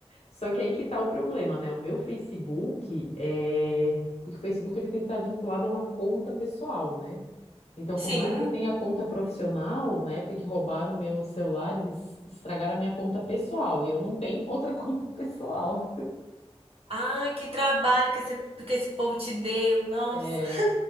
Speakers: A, on the left; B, on the right.
A: Só que aí que tá o problema, né? O meu Facebook é... Porque o Facebook ele tem que estar vinculado a uma conta pessoal, né? Então,
B: Sim.
A: por mais que eu tenha conta profissional, na época que roubaram o meu celular, eles estragaram a minha conta pessoal e eu não tenho outra <laughs> conta pessoal.
B: Ai, que trabalho que esse, que esse povo te deu, nossa.
A: É,